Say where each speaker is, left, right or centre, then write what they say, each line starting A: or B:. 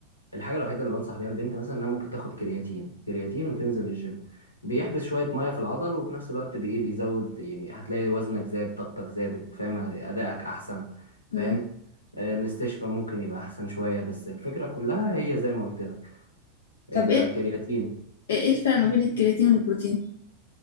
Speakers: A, on the left (about 85°); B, on the left (about 60°).
A: الحاجه الوحيده اللي بنصح بيها البنت مثلا انها ممكن تاخد كرياتين كرياتين وتنزل الجيم بيحبس شويه ميه في العضل وفي نفس الوقت بي إيه، بيزود يعني هتلاقي وزنك زاد طاقتك زادت فاهم ادائك احسن فاهم
B: مم.
A: آه، الاستشفاء ممكن يبقى احسن شويه بس الفكره كلها هي زي ما قلت لك
B: طب
A: الكرياتين
B: ايه ايه إيه الفرق ما بين الكرياتين والبروتين